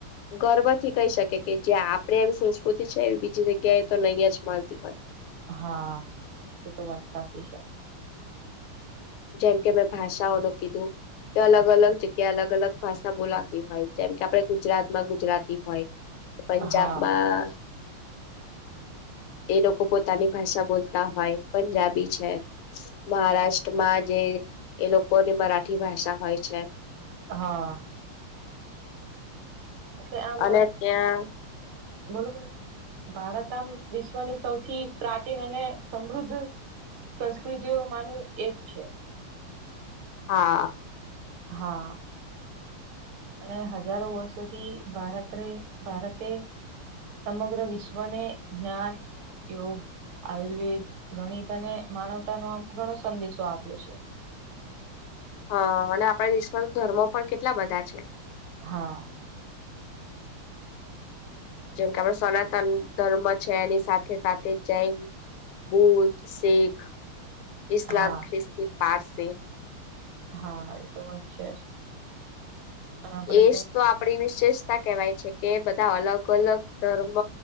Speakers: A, on the left; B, on the right.
A: ગર્વથી કહી શકે કે જા આપણેે આવી સંસ્કૃતિ છે એ બીજી જગ્યાએ તો નહીં જ મળતી હોય.
B: હા, એ તો વાત સાચી છે.
A: જેમ કે મેં ભાષાઓનું કીધું કે અલગ અલગ જગ્યા અલગ અલગ ભાષા બોલાતી હોય જેમ કે આપડે ગુજરાત માં ગુજરાતી હોય પંજાબમાં
B: હા
A: એ લોકો પોતાની ભાષા બોલતા હોય પંજાબી છે, મહારાષ્ટ્ર માં જે એ લોકોને મરાઠી ભાષા હોય છે.
B: હા. એટલે આમ
A: અને ત્યાં
B: બોલો બોલો ભારત આમ વિશ્વની સૌથી પ્રાચીન અને સમૃદ્ધ સંસ્કૃતિઓમાનું એક છે.
A: હા.
B: હા. અને હજારો વર્ષોથી ભારતરે ભારતે સમગ્ર વિશ્વને જ્ઞાન, યોગ આયુર્વેદ, ગણિત અને માનવતાનો આમ ઘણો સંદેશો આપ્યો છે.
A: હા અને આપણા દેશમાં તો ધર્મો પણ કેટલા બધા છે.
B: હા.
A: જેમ કે આપ સનાતન ધર્મ છે એની સાથે સાથે જૈન બુધ શીખ ઇસ્લામ
B: હા
A: ખ્રિસ્તી પારસી
B: હા એતો વાત છે જ અને આપડે
A: એજ તો આપડી વિશેષ કવાય છે કે બધા અલગ અલગ ધર્મ